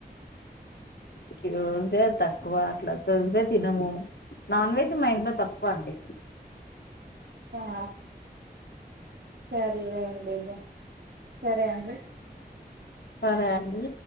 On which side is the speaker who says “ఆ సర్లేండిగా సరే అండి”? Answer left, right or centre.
Right